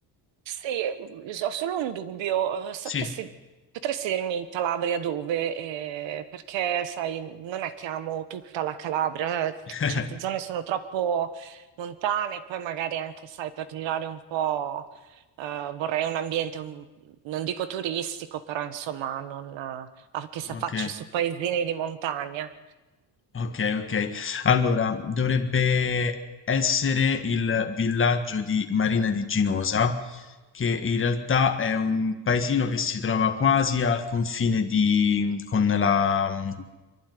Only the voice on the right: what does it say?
Sì, s- ho solo un dubbio. Eh, Sapresti,
potresti dirmi in Calabria dove? Eh, perché, sai, non è che amo tutta la Calabria. eh, t-
Certe zone sono troppo montane, poi magari anche, sai, per girare un po', eh, vorrei un ambiente, un- non dico turistico, però insomma, non, eh, che si affacci
su paesini di montagna.